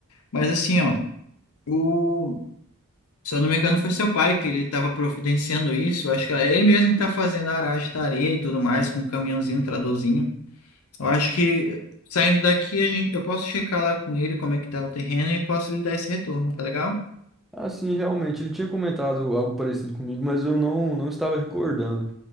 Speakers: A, on the left; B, in the centre.
A: Mas assim, ó, o, se eu não me engano, foi seu pai que ele tava providenciando isso. Eu acho que ele mesmo que tá fazendo a aragem da areia e tudo mais, com um caminhãozinho, um tradorzinho. Eu acho que saindo daqui, a gente, eu posso checar lá com ele como é que tá o terreno e posso lhe dar esse retorno, tá legal?
B: Assim, realmente, ele tinha comentado algo parecido comigo, mas eu não, não estava recordando.